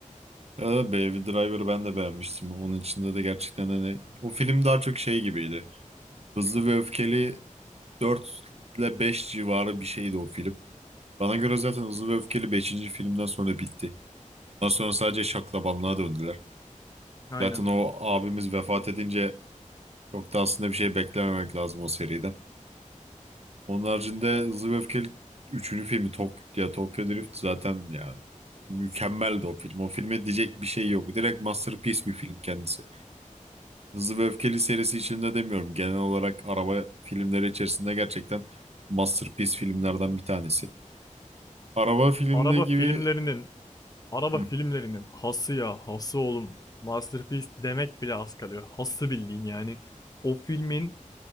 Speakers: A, on the right; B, on the left.
A: Ya da Baby Driver'ı ben de beğenmiştim. Onun içinde de gerçekten hani o film daha çok şey gibiydi. Hızlı ve Öfkeli 4 ile 5 civarı bir şeydi o film. Bana göre zaten Hızlı ve Öfkeli beşinci filmden sonra bitti. Ondan sonra sadece şaklabanlığa döndüler.
B: Aynen.
A: Zaten o abimiz vefat edince çok da aslında bir şey beklememek lazım o seriden. Onun haricinde Hızlı ve Öfkeli üçüncü filmi Tok ya Tokyo Drift zaten yani mükemmeldi o film. O filme diyecek bir şey yok. Direkt masterpiece bir film kendisi. Hızlı ve Öfkeli serisi içinde demiyorum. Genel olarak araba filmleri içerisinde gerçekten masterpiece filmlerden bir tanesi. Araba filmi
B: Araba
A: gibi
B: filmlerinin, araba
A: Hı.
B: filmlerinin hası ya, hası oğlum. Masterpiece demek bile az kalıyor. Hası bildiğin yani. O filmin